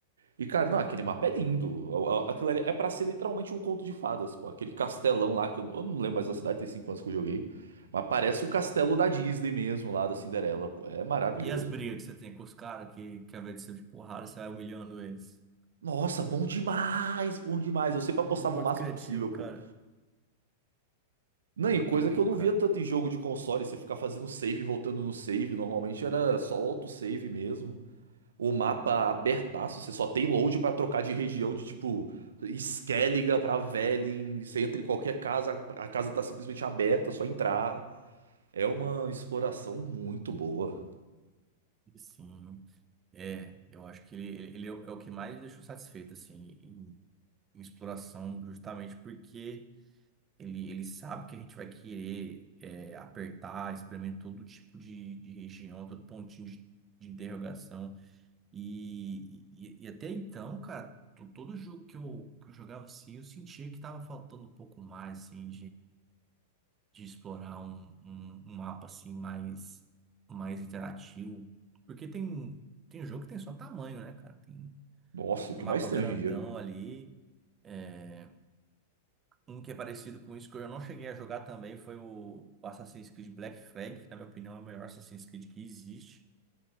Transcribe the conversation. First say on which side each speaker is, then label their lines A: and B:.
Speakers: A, on the right; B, on the right.
A: E, cara, não, aquele mapa é lindo. A- a- Aquilo ali é pra ser literalmente um conto de fadas, pô. Aquele castelão lá, que eu, eu não lembro mais da cidade, tem cinco anos que eu joguei. Mas parece o castelo da Disney mesmo, lá da Cinderela, pô. É maravilhoso.
B: E as brigas que você tem com os caras, que, que ao invés de ser de porrada, você vai humilhando eles.
A: Nossa, bom demais, bom demais. Eu sempre apostava
B: Muito
A: o máximo
B: criativo,
A: possível, pô.
B: cara.
A: Não,
B: Muito
A: e coisa
B: bom,
A: que eu não
B: cara.
A: via tanto em jogo de console, você ficar fazendo save e voltando no save, normalmente era só o autosave mesmo. O mapa abertaço, você só tem load pra trocar de região de tipo Skelliga pra Velen, você entra em qualquer casa, a casa tá simplesmente aberta, é só entrar. É uma exploração muito boa.
B: Sim, é, eu acho que ele, ele ele é o é o que mais me deixou satisfeito, assim, em, em exploração, justamente porque ele, ele sabe que a gente vai querer é, apertar, experimentar todo tipo de, de região, todo pontinho de, de interrogação. E, e, e até então, cara, to- todo jogo que eu, que eu jogava, assim, eu sentia que tava faltando um pouco mais, assim, de explorar um, um, um mapa assim mais, mais interativo. Porque tem, tem jogo que tem só tamanho, né, cara? Tem
A: Nossa, o
B: um
A: que
B: mapa
A: mais tem
B: grandão
A: hoje em dia?
B: ali. É, um que é parecido com isso que eu não cheguei a jogar também foi o o Assassin's Creed Black Flag, que na minha opinião é o melhor Assassin's Creed que existe,